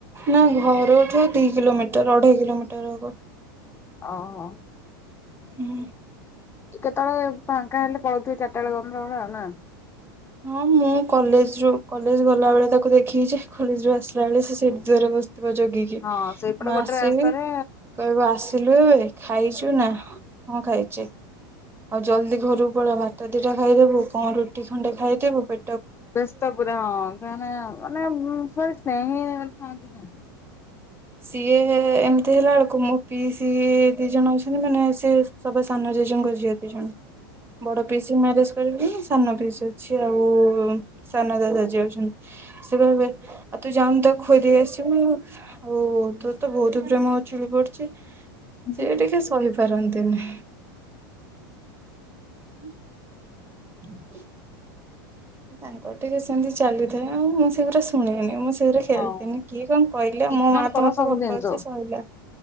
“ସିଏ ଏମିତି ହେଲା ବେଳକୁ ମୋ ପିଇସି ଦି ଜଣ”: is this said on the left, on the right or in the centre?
Right